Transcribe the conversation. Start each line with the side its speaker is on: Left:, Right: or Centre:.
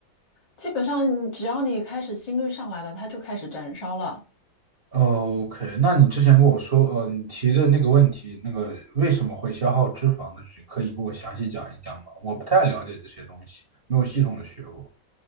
Left: 基本上你只要你开始心率上来了，它就开始燃烧了。
Right: 哦 OK，那你之前跟我说，呃，你提的那个问题，那个为什么会消耗脂肪的，可以给我详细讲一讲吗？我不太了解这些东西，没有系统的学过。